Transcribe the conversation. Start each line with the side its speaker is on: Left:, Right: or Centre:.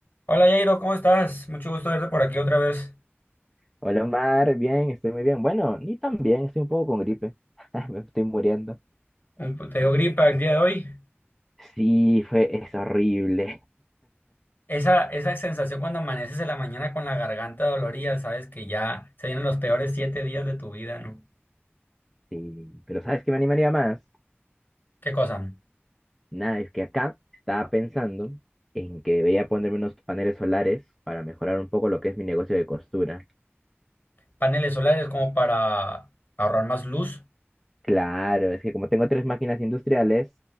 Left: Hola Jairo, ¿cómo estás? Mucho gusto verte por aquí otra vez.
Centre: Hola Omar, bien, estoy muy bien. Bueno, ni tan bien, estoy un poco con gripe. <laughs> Me estoy muriendo.
Left: Un- Te dio gripa el día de hoy.
Centre: Sí, fue, es horrible.
Left: Esa, esa sensación cuando amaneces en la mañana con la garganta dolorida, sabes que ya se vienen los peores siete días de tu vida, ¿no?
Centre: Sí. Pero ¿sabes qué me animaría más?
Left: ¿Qué cosa?
Centre: Nada, es que acá estaba pensando en que debería ponerme unos paneles solares para mejorar un poco lo que es mi negocio de costura.
Left: Paneles solares como para ahorrar más luz.
Centre: Claro, es que como tengo tres máquinas industriales,